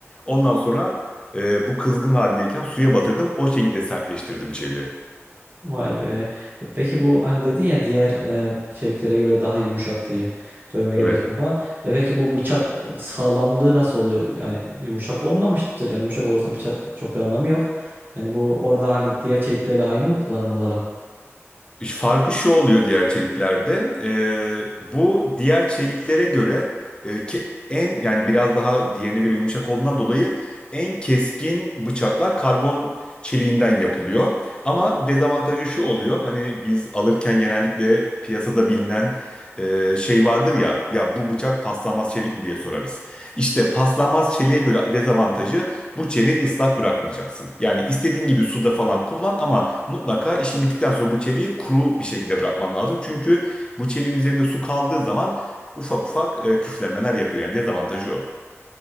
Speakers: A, on the left; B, on the right.
A: ondan sonra e, bu kızgın haldeyken suya batırdım o şekilde sertleştirdim çeliği.
B: Vay be. E Peki bu hani dedin ya diğer e, çeliklere göre daha yumuşak diye dövme gerekmiyor
A: Evet.
B: falan. E peki bu bıçak e, sağlamlığı nasıl oluyor? Yani yumuşak olmamıştır. Yani yumuşak olursa bıçak çok bir anlamı yok. Yani bu orada hani diğer çeliklerle aynı mı kullanım olarak?
A: Ş- Farkı şu oluyor diğer çeliklerde. e, bu diğer çeliklere göre e, ki en yani biraz daha diğerine göre yumuşak olduğundan dolayı en keskin bıçaklar karbon çeliğinden yapılıyor. Ama dezavantajı şu oluyor. Hani biz alırken genellikle piyasada bilinen e, şey vardır ya ya bu bıçak paslanmaz çelik mi diye sorarız. İşte paslanmaz çeliğe göre dezavantajı bu çeliği ıslak bırakmayacaksın. Yani istediğin gibi suda falan kullan ama Mutlaka işin bittikten sonra bu çeliği kuru bir şekilde bırakman lazım. Çünkü bu çeliğin üzerinde su kaldığı zaman ufak ufak e, küflenmeler yapıyor. Yani dezavantajı o.